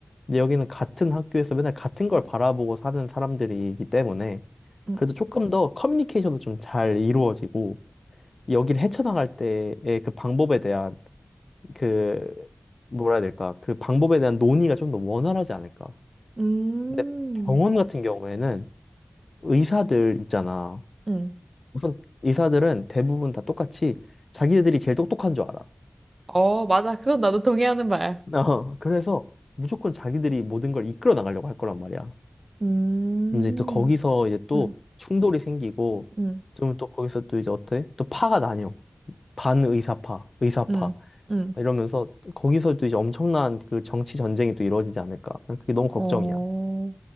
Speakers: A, on the left; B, on the right.
A: 근데 여기는 같은 학교에서 맨날 같은 걸 바라보고 사는 사람들이기 때문에
B: 음.
A: 그래도 조금 더 커뮤니케이션도 좀 잘 이루어지고 여기를 헤쳐나갈 때의 그 방법에 대한 그 뭐라 해야 될까? 그 방법에 대한 논의가 좀 더 원활하지 않을까?
B: 음,
A: 근데 병원 같은 경우에는 의사들 있잖아.
B: 음.
A: 우선 의사들은 대부분 다 똑같이 자기들이 제일 똑똑한 줄 알아.
B: 어, 맞아. 그건 나도 동의하는 바야.
A: <laughs> 어, 그래서 무조건 자기들이 모든 걸 이끌어 나가려고 할 거란 말이야.
B: 음,
A: 그럼 이제 또 거기서 이제 또
B: 음,
A: 충돌이 생기고
B: 음,
A: 좀 또 거기서 또 이제 어때? 또 파가 나뉘어. 반의사파, 의사파
B: 음, 음.
A: 이러면서 거기서 또 이제 엄청난 그 정치 전쟁이 또 이루어지지 않을까. 난 그게 너무 걱정이야.
B: 어,